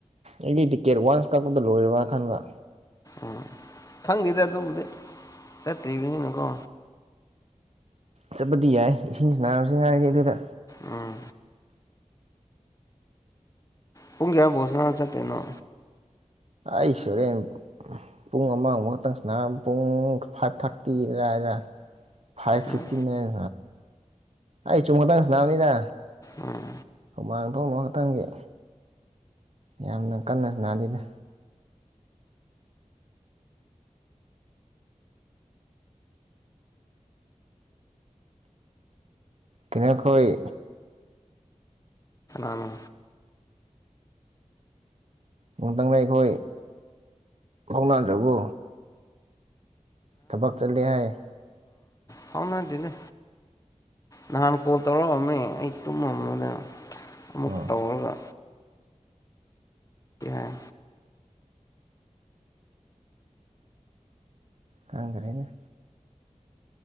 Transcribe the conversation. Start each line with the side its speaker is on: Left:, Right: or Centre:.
Right: ꯑꯩꯗꯤ ꯇꯤꯛꯀꯦꯠ ꯋꯥꯟꯁ ꯀꯛꯄꯗ ꯂꯣꯏꯔꯕ꯭ꯔꯥ ꯈꯟꯕ꯭ꯔ
Left: ꯎꯝ ꯈꯪꯈꯤꯗ ꯑꯗꯨꯕꯨꯗꯤ ꯆꯠꯇꯅꯤꯅꯨ ꯀꯣ
Right: ꯆꯠꯄꯗꯤ ꯌꯥꯏ ꯏꯁꯤꯡꯁꯤ ꯅꯥꯔꯁꯦ ꯍꯥꯏꯔꯗꯤ ꯑꯗꯨꯗ
Left: ꯎꯝ ꯄꯨꯡ ꯀ ꯣꯁꯅ ꯆ ꯇꯦꯡꯅꯣ
Right: ꯑꯩꯁꯨ ꯍꯣꯔꯦꯟ ꯄꯨꯡ ꯑꯃꯕ ꯈꯛꯇꯪꯁꯤꯅ ꯄꯨꯡ ꯐꯥꯏꯚ ꯊꯥꯔꯇꯤꯗ ꯍꯥꯏꯗꯅ ꯐꯥꯏꯚ ꯐꯤꯞꯇꯤ
Left: ꯎꯝ
Right: ꯅꯥꯏꯟ ꯑꯩ ꯆꯨꯝ ꯈꯛꯇꯪ ꯁꯅꯥꯕꯅꯤꯅ
Left: ꯎꯝ
Right: ꯃꯥꯡꯗꯣꯛꯑꯝ ꯑꯃ ꯈꯇꯪꯒꯤ ꯌꯥꯝꯅ ꯀꯟꯅꯁꯨ ꯅꯥꯗꯗ ꯀꯅꯈꯣꯏ
Left: ꯑꯅ
Right: ꯅꯨꯡꯊꯪꯅ ꯑꯩꯈꯣꯏ ꯍꯧꯧꯅꯥꯗ꯭ꯔꯕꯨ ꯊꯕꯛ ꯆꯠꯂꯦ ꯍꯥꯏ
Left: ꯊꯥꯎꯅꯗꯤꯅ ꯅꯍꯥꯟ ꯀꯣꯜ ꯇꯧꯔꯛꯑꯝꯃꯦ ꯑꯩ ꯇꯨꯝꯃ ꯑꯃꯗ ꯑꯃꯨꯛ
Right: ꯑꯣ
Left: ꯇꯧꯔꯒ ꯍꯥꯏ
Right: ꯀꯪꯗ꯭ꯔꯦꯅ